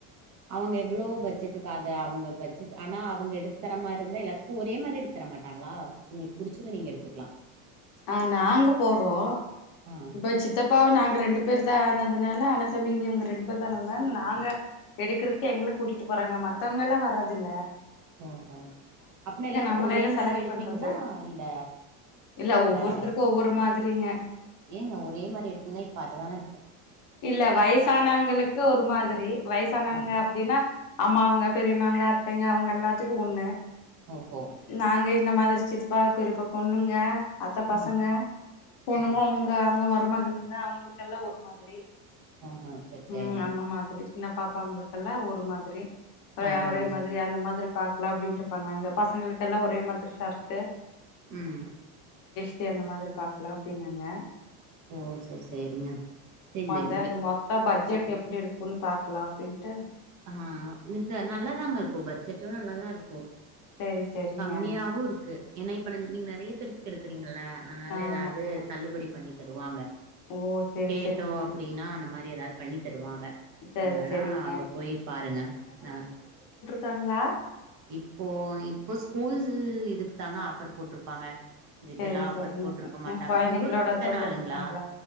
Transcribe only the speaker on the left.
ஆஹ் நாங்க போவோம்
இப்ப சித்தப்பாவ நாங்க அங்க ரெண்டு பேர் தான் ஆனதுனால அண்ணன் தம்பிங்க அவங்க ரெண்டு பேர் ஆனதுனால நாங்க எடுக்கறிதுக்கு எங்களை கூட்டிட்டு போறாங்க மத்தவங்க எல்லாம் வர்து இல்ல
நம்மளேதா
செலக்ட்
பண்றது
இல்ல ஒவ்வொருத்தருக்கும்
ஒவ்வொரு மாதிரி இல்ல
இல்ல வயசானவங்களுக்கு ஒரு மாதிரி வயசானவங்க
அப்படின்னா அம்மாவுங்க பெரியமாவுங்க அத்தைக இல்லா அவங்க எல்லாத்துக்கும் ஒண்ணு
நாங்க இந்த மாதிரி சித்துப்பா பெரியப்பா சித்தப்பா சித்தப்பா பொண்ணுங்க அத்த பசங்க
பொண்ணுங்க
உங்க அங்க ம மருமகளுங்க அவங்களுக்கெல்லாம் ஒரு மாதிரி
ம் அந்த மாதிரி சின்ன பாப்பாவங்களுக்கெல்லாம் ஒரு மாதிரி
ஒரே
மாதிரி அந்த மாதிரி பாக்கல அப்படின்ட்டு பண்ணாங்க பசங்களுக்கெல்லாம் ஒரே மாதிரி ஷர்ட்டு
சி அந்த மாதிரி பார்க்கலாம் அப்படினாங்கா
அத மொத்தம் பட்ஜெட் எப்படி இருக்கு பொண்ணு பாக்கலாம் அப்படின்ட்டு
சேரி சேரிங்க
ஆமா
ஆமா
ஓ சேரி
சேரிங்க
சேரி
சேரிங்க
காங்களா
சேரி
சேரிங்க
ம் கொழந்தைங்களோட
இதா
போட்ருக்காங்களா